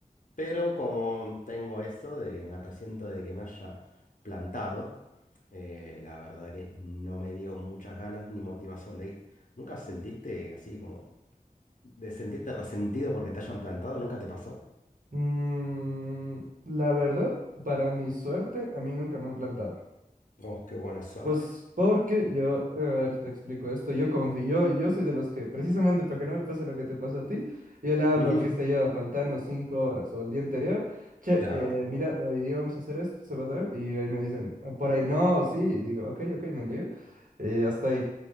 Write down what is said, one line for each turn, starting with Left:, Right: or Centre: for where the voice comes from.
Left: pero como tengo esto de que me resiento de que me haya plantado, eh, la verdad que no me dio muchas ganas ni motivación de ir. ¿Nunca sentiste así como... De sentirte resentido porque te hayan plantado, nunca te pasó.
Right: mm, la verdad, para mi suerte, a mí nunca me han plantado.
Left: Oh, qué buena suerte.
Right: Pues porque yo, eh, a ver, te explico esto, yo confío, yo, yo soy de los que, precisamente para que no me pase lo que te pasó a ti, yo le hablo,
Left: <laughs>
Right: qué sé yo, faltando cinco horas o el día anterior, che,
Left: Claro.
Right: eh, mira, hoy día vamos a hacer esto, se va a dar, y ahí me dicen, "Ah, por ahí no, sí, digo, ok, ok, no hay lío, y hasta ahí.